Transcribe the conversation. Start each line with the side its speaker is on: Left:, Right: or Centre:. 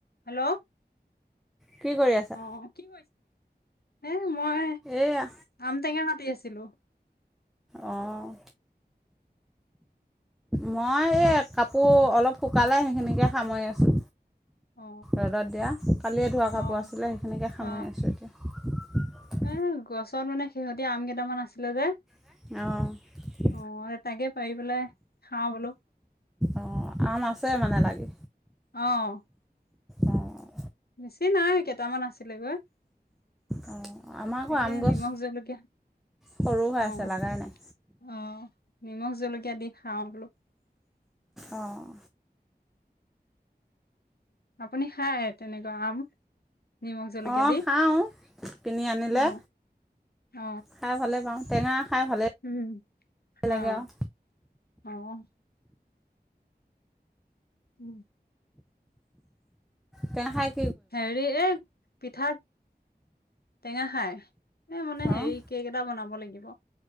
Left: Hello অহ'
Centre: কি কৰি আছা?
Left: অ' কি কৰিছা? হে মই
Centre: এইয়া
Left: আম টেঙা কাটি আছ ছিলো
Centre: অ'। মই এই কাপোৰ অলপ শুকালে, সেইখিনিকে সামৰি আছোঁ।
Left: অ
Centre: ৰ'দত দিয়া, কালিয়ে ধোৱা
Left: অ
Centre: কাপোৰ আছিলে সেইখিনিকে
Left: অ
Centre: সামৰি আছোঁ এতিয়া।
Left: এ, গছত মানে শেহতিয়া আম কেইটামান আছিলে যে
Centre: অ'।
Left: অ', তাকে পাৰি পেলাই খাওঁ বোলো।
Centre: অ', আম আছে মানে লাগি?
Left: অ'।
Centre: অ'
Left: বেছি নাই, কেইটামান আছিলে গৈ।
Centre: অ' আমাৰ আকৌ
Left: একে
Centre: আম গছ
Left: নিমখ জলকীয়া,
Centre: সৰু হৈ
Left: অ',
Centre: আছে লাগাই নাই
Left: অ' নিমখ জলকীয়া দি খাওঁ বোলো।
Centre: অ'
Left: আপুনি খায় তেনেকুৱা আম? নিমখ জলকীয়া
Centre: অ',
Left: দি
Centre: খাওঁ কিনি আনিলে,
Left: অ অ
Centre: খাই ভালেই পাওঁ। টেঙা খাই ভালেই
Left: উম, অ',
Centre: লাগে আৰু
Left: অ'। উম।
Centre: টেঙা খায়
Left: হেৰি এই পিঠা টেঙা খাই, এই মানে হেৰি
Centre: অ'
Left: কেক এটা বনাব লাগিব।